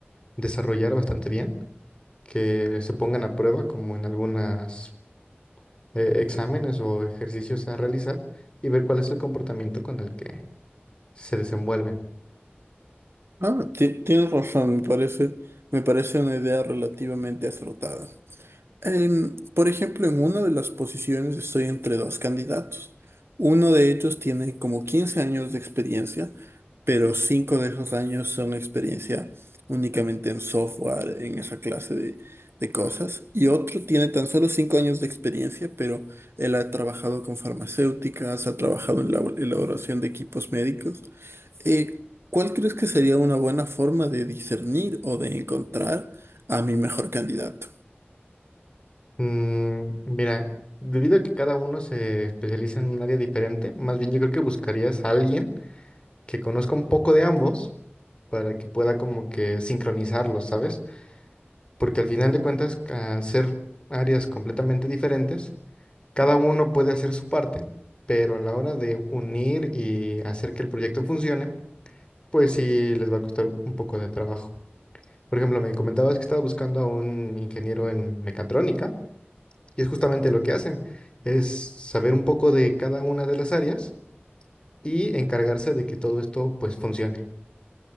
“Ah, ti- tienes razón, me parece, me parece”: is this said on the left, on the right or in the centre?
Right